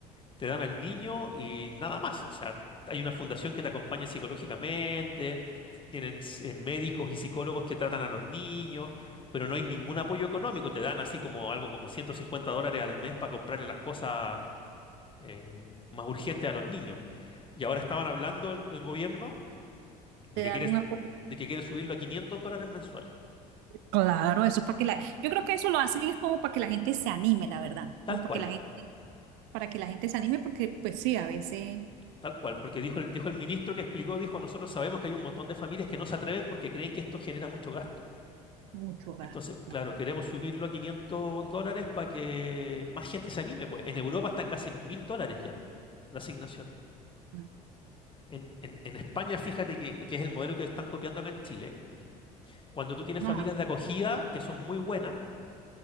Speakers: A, on the left; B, on the right.
A: te dan al niño y nada más. O sea, hay una fundación que te acompaña psicológicamente, tienen eh, médicos y psicólogos que tratan a los niños, pero no hay ningún apoyo económico. Te dan así como algo como 150 dólares al mes para comprarle las cosas eh, más urgentes a los niños. Y ahora estaban hablando el, el gobierno de
B: de
A: que
B: dar
A: quieres,
B: un apoyo.
A: de que quiere subirlo a 500 dólares mensuales.
B: Claro, eso es para que la, yo creo que eso lo hacen es como para que la gente se anime, la verdad,
A: Tal
B: como para
A: cual.
B: que la gente, para que la gente se anime, porque pues sí, a veces
A: Tal cual, porque dijo el, dijo el ministro que explicó, dijo, nosotros sabemos que hay un montón de familias que no se atreven porque creen que esto genera mucho gasto.
B: mucho gasto,
A: Entonces,
B: claro.
A: claro, queremos subirlo a 500 dólares para que más gente se anime. Pues en Europa están casi en 1000 dólares ya la asignación.
B: No,
A: En, en- en España, fíjate que, que es el modelo que están copiando acá en Chile. Cuando tú tienes
B: no,
A: familias de acogida que son muy buenas,